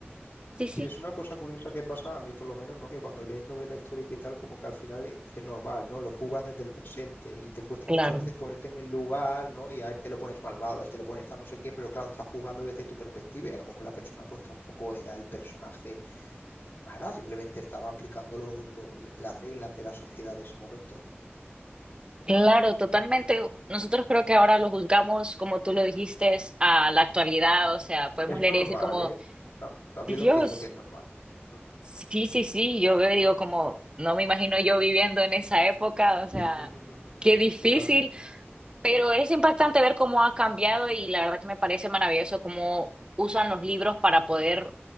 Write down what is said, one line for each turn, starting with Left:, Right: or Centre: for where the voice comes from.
Right: Sí,
Left: Sí,
Right: sí.
Left: es una cosa curiosa que pasa a mí por lo menos, ¿no? Que cuando lees novela histórica y tal, como que al final e- es normal, ¿no? Lo jugas desde el presente y te cuesta
Right: Claro.
Left: muchas veces ponerte en el lugar, ¿no? Y a este lo pones malvado, a este lo pones tal no sé qué, pero claro, estás jugando desde tu perspectiva y a lo mejor la persona pues tampoco era el personaje malvado, simplemente estaba aplicando lo- lo- las reglas de la sociedad de ese momento, ¿no?
Right: Claro, totalmente. Nosotros creo que ahora lo juzgamos, como tú lo dijiste, a la actualidad. O sea, podemos
Left: Es
Right: leer
Left: normal,
Right: y decir como,
Left: ¿eh? Ta- También
Right: "Sí, Dios,
Left: lo entiendo que es normal. Ujú.
Right: sí, sí, sí. Yo veo, y digo como, no me imagino yo viviendo en esa época. O sea,
Left: <laughs>
Right: qué difícil.
Left: Totalmente.
Right: Pero es impactante ver cómo ha cambiado y la verdad que me parece maravilloso cómo usan los libros para poder